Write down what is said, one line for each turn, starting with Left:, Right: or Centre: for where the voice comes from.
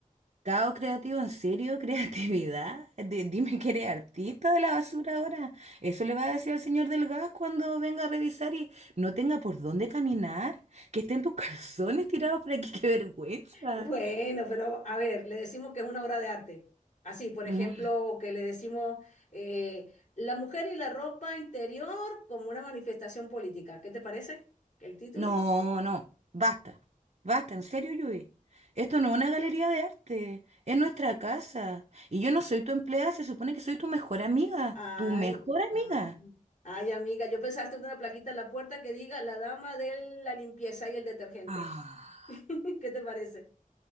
Right: Caos creativo, ¿en serio? <laughs> ¿Creatividad? Di- dime que eres artista de la basura ahora. Eso le va a decir al señor del gas cuando venga a revisar y no tenga por dónde caminar. Que estén tus <laughs> calzones tirados por aquí, <laughs> qué vergüenza.
Left: Bueno, pero a ver, le decimos que es una obra de arte. Así, por ejemplo,
Right: Mm,
Left: que le decimos eh, la mujer y la ropa interior como una manifestación política. ¿Qué te parece el título?
Right: No, no, basta. Basta, en serio, Yui. Esto no es una galería de arte, es nuestra casa. Y yo no soy tu empleada, se supone que soy tu mejor amiga.
Left: Ay,
Right: Tu mejor
Left: no.
Right: amiga.
Left: Ay, amiga, yo pensaste en una plaquita en la puerta que diga la dama de la limpieza y el detergente.
Right: Ah.
Left: <laughs> ¿Qué te parece?